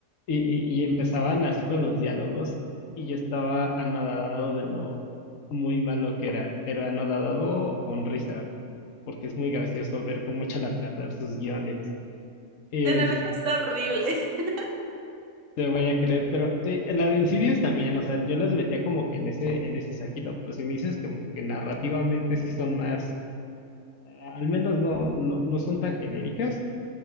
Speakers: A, on the left; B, on the right.
A: y, y empezaban así con los diálogos y yo estaba anodadado de lo muy malo que era, pero anodadado con risa, porque es muy gracioso ver cómo <laughs> echa la tarde sus guiones. Es,
B: Annabelle está horrible. <laughs>
A: te voy a creer, pero eh, la de Insidious también, o sea, yo las metía como que en ese, en ese saquito, pero si me dices como que narrativamente sí son más, eh, al menos no, no, no son tan genéricas,